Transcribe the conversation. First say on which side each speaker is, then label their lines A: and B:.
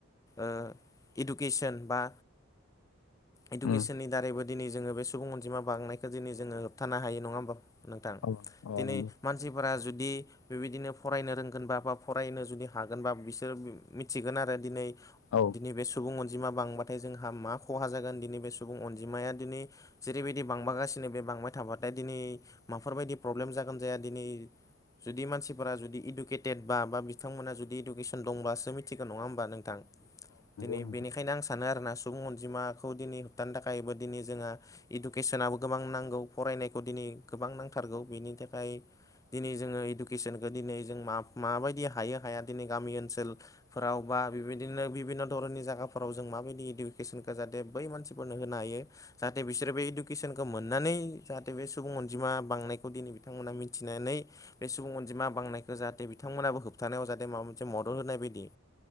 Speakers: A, on the left; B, on the left.
A: ओ इडुकेसन बा इडुकेसननि
B: उम
A: दारैबो दिनै जोङो बे सुबुं अनजिमा बांनायखौ दिनै जोङो होबथानो हायो नङा होमबा? नोंथां
B: औ औ
A: दिनै
B: नंगौ
A: मानसिफोरा जुदि बेबायदिनो फरायनो रोंगोनबा बा फरायनो जुदि हागोनबा बिसोर बि मिथिगोन आरो दिनैै
B: औ
A: दिनै बे सुबुं अनजिमा बांबाथाय जोंहा मा खहा जागोन दिनै बे सुबुं अनजिमाया दिनै जेरैबायदि बांबोगासिनो बे बांबाय थाबाथाय दिनै माफोरबायदि प्रब्लेम जागोन जाया दिनै जुदि मानसिफोरा जुदि इदुकेटेड बा, बा बिथांमोना जुदि इडुकेसन दंब्लासो मिथिगोन नङा होमबा नोंथां? दिनै
B: नंगौ
A: बेनिखायनो आं सानो आरोोना सुबुं अनजिमाखौ दिनै होबथानो थाखायबो दिनै जोंहा इडुकेसनाबो गोबां नांगौ फरायनायखौ दिनै गोबां नांथारगौ बेनि थाखाय दिनै जोङो इडुकेसनखो दिनै जों माबायदि हायो हाया दिनै गामि ओनसोल फोराव बा बेबायदिनो बिभिन्न' धरननि जायाफोराव जों माबायदि इडुकेसनखौ जाथे बै मानसिफोरनो होनो हायो। जाहाथे बिसोरो बै इडुकेसनखौ मोननानै जाहाथे बे सुबुं अनजिमा बांनायखौ दिनै बिथांमोना मिथिनानै बे सुबुं अनजिमा बांनायखौ जाहाथे बिथांमोनाबो होबथानायाव जाहाथे माबा मोनसे मदद होनाय बायदि।